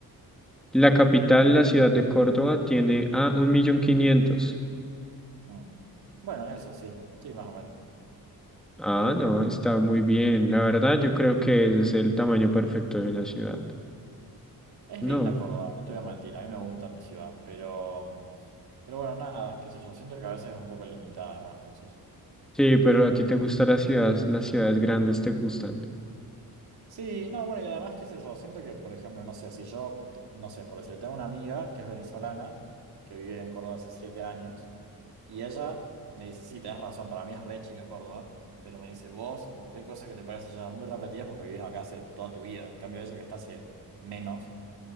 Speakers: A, in the centre; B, on the right.
A: La capital, la ciudad de Córdoba, tiene a un millón quinientos.
B: Mm. Bueno, eso sí, sí, más o menos.
A: Ah, no, está muy bien. La verdad, yo creo que ese es el tamaño perfecto de una ciudad.
B: Es
A: No.
B: linda Córdoba, no te voy a mentir, a mí me gusta mi ciudad, pero, pero bueno, nada, qué sé yo, siento que a veces es un poco limitada en algunas cosas.
A: Sí, pero a ti te gustan las ciudades, las ciudades grandes te gustan.
B: Sí, no, bueno, y además, qué sé yo, siento que, por ejemplo, no sé, si yo, t- no sé, por decirte, tengo una amiga que es venezolana, que vive en Córdoba hace siete años, y ella me dice, sí, tenés razón, para mí es re chica Córdoba, pero me dice, vos, como que hay cosas que te parecen ya muy repetidas porque vivís acá hace toda tu vida, en cambio ella que está hace menos,